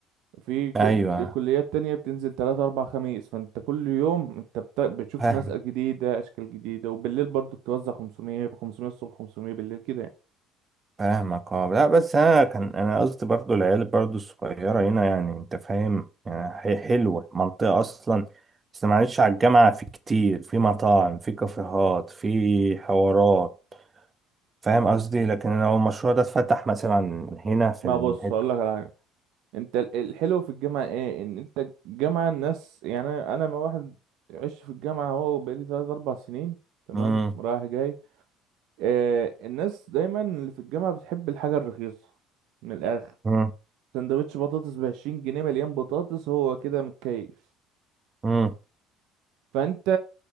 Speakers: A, on the right; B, on the right.
A: في كو-
B: ايوه
A: كليات تانية بتنزل تلاتة أربع خميس فأنت كل يوم أنت بت- بتشوف
B: فاهم
A: ناس جديدة أشكال جديدة وبالليل برضو بتوزع 500 500 الصبح 500 بالليل كده يعني
B: فاهمك اه لا بس انا كان انا قصدي برضو العيال برضو الصغيره هنا يعني انت فاهم يعني هي حلوه منطقه اصلا بس معلش على الجامعه في كتير في مطاعم في كافيهات في حوارات فاهم قصدي لكن لو المشروع ده اتفتح مثلا هنا في
A: ما
B: الحته
A: بص هقول لك على حاجة أنت ال- الحلو في الجامعة إيه إن أنت الجامعة الناس يعني أنا أنا ما واحد عشت في الجامعة هو بقالي تلات أربع سنين تمام
B: امم
A: رايح جاي آه الناس دايما اللي في الجامعة بتحب الحاجة الرخيصة من الآخر
B: امم
A: سندوتش بطاطس بعشرين جنيه مليان بطاطس هو كده متكيف
B: امم
A: فأنت